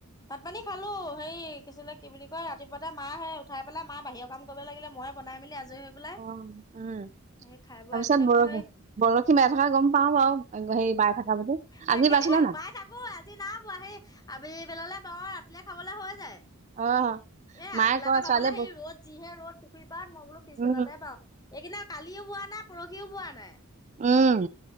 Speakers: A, on the left; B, on the right.
A: ভাত পানী খালো হেৰি কিছিলে কি বুলি কয় ৰাতিপুৱাতে মাহে উঠাই পেলাই মা বাহিৰৰ কাম কৰিব লাগিলে মইে বনাই মেলি আজ। আজৰি হৈ পেলাই।
B: অ', উম তাৰ
A: এই খাই বৈ
B: পিছত
A: আজৰি হৈ
B: বৰশী
A: পেলাই সেই
B: বৰশী বাই থকা গম পাও বাৰু সেই বাই থকা বুলি
A: তাকে
B: আজি বাইছিলে
A: হে
B: নাই
A: বাই তকৌ আজি না বোৱা আহি আবেলি বেলালে বওঁ ৰাতিলে খাবলে হৈ যায়।
B: অ
A: এ
B: মায়ে
A: আগবেলাতে
B: কয়
A: বাবলে
B: ছোৱালীয়ে
A: সেই ৰ'দ যিহে ৰ'দ পুখুৰী পাৰত মই বোলো পিছবেলালে
B: উম
A: বাওঁ এইকেইনা কালিও বোৱা নাই পৰহিও বোৱা নাই।
B: উম।